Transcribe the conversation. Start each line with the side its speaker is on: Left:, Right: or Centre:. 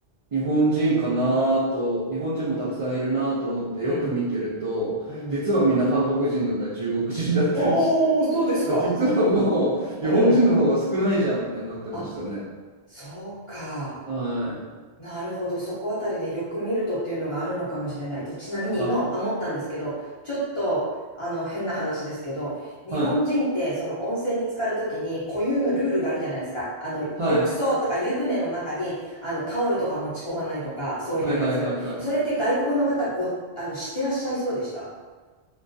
Right: 日本人かなと、日本人もたくさんいるなと思ってよく見てると、
Left: うん、うん。
Right: 実はみんな韓国人だったり中国人だったりして、
Left: おお、そうですか。
Right: <laughs> まあ実はもう日本人の方が少ないじゃんみたいになってましたね。
Left: うん。あ、そうか。
Right: はい。
Left: なるほど。そこあたりでよく見るとっていうのがあるのかもしれない。で、ちなみに今思ったんですけど、
Right: はい。
Left: ちょっと、あの、変な話ですけど、日本人って、
Right: はい。
Left: その温泉に浸かるときに固有のルールがあるじゃないですか。あの、
Right: はい。
Left: 浴槽とか湯船の中に、あの、タオルとか持ち込まないとか、そういうやつ。
Right: はい。はい。はい。はい。
Left: それって外国の方ご、あの、知ってらっしゃいそうでした